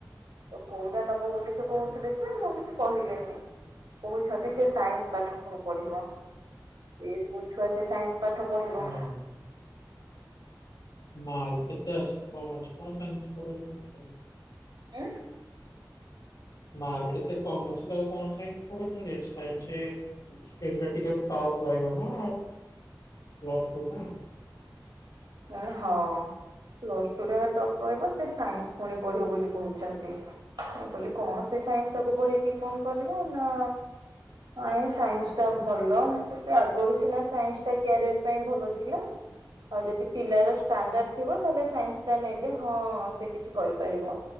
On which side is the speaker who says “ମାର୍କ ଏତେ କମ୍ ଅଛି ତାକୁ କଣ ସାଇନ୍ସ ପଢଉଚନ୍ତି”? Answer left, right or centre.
Left